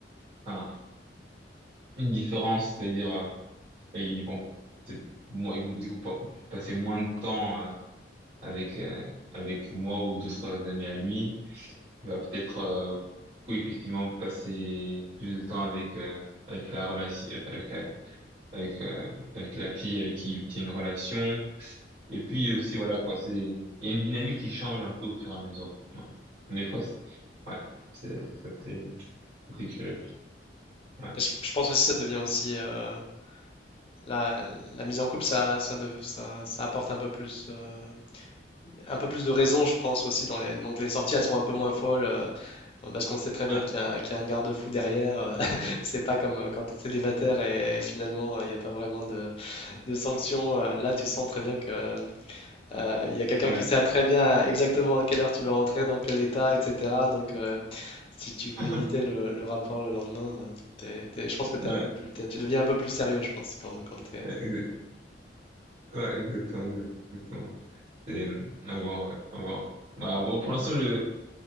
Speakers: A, on the right; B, on the left.
A: enfin, une différence, c'est-à-dire, euh, ils vont, c'est, moi, ils vont, du coup, pa- passer moins de temps, euh, avec, euh, avec moi ou d'autres amis à lui. il va peut-être euh, du coup, effectivement passer plus de temps avec euh, avec la relation avec euh, avec euh, avec la fille avec qui il tient une relation et puis aussi voilà quoi c'est il y a une dynamique qui change un peu au fur et à mesure ouais. des fois c'est- ouais c'est ça c'est c'est curieux ouais
B: Et je, je pense aussi que ça devient aussi... euh, La, la mise en couple, ça, ça, dev- ça, ça apporte un peu plus. euh, un peu plus de raison, je pense aussi. Dans les... Donc les sorties, elles sont un peu moins folles. euh, parce qu'on sait très bien
A: ouais
B: qu'il y a, qu'il y a un garde-fou derrière. euh, <laughs> c'est pas comme euh, quand tu es célibataire et, et finalement, euh, il n'y a pas vraiment de, de sanctions. euh, Là, tu sens très bien que, euh, euh, il y a quelqu'un
A: ouais
B: qui sait très bien exactement à quelle heure tu vas rentrer, dans quel état, etc. Donc, euh, si tu veux
A: <laughs>
B: éviter le, le rapport le lendemain, euh, t'es- t'es- je pense que t'es
A: ouais
B: un peu plus, t'es- tu deviens un peu plus sérieux, je pense, quand, quand tu es
A: Ouais, Exa- ouais, exactement exactement c'est euh, à voir ouais à voir Bah, bon, pour l'instant je